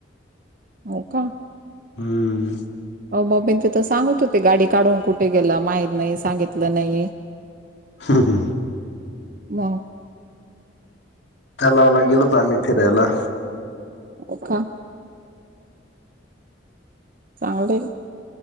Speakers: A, on the right; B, on the left.
A: हो का
B: हम्म
A: हो मग मीन तिथं सांगत होते गाडी काढून कुठे गेला माहीत नाही सांगितलं नाही
B: हा हा
A: वा
B: त्या लावला गेलो तर आम्ही फिरायला
A: अ काा चांगलं